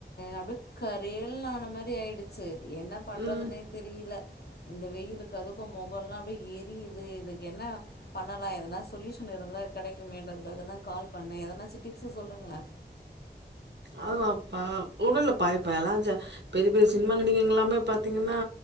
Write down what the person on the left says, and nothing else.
அப்படியே கரேல்ன்னு ஆன மாரி ஆயிடுச்சு என்ன பண்றதுனே
தெரில இந்த வெயிலுக்கு அதுக்கு மொகல்லா ரொம்ப எரியிது இது இதுக்கு என்ன பண் ணலா எதனா சொல்யூஷன் இருந்தா கெடைக்குமேன்றதுக்காகதா கால் பண்ணே எதனாச்சு டிப்ஸ் சொல்லுங்களே